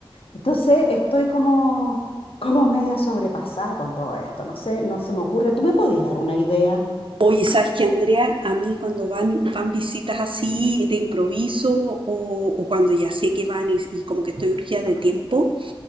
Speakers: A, on the left (about 75°); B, on the right (about 65°).
A: Entonces estoy como, como media sobrepasada con todo esto, no sé, no se me ocurre. ¿Tú me podías dar una idea?
B: Oye, ¿sabes qué, Andrea? A mí cuando van, van visitas así de improviso o, o cuando ya sé que van y, y como que estoy urgida de tiempo,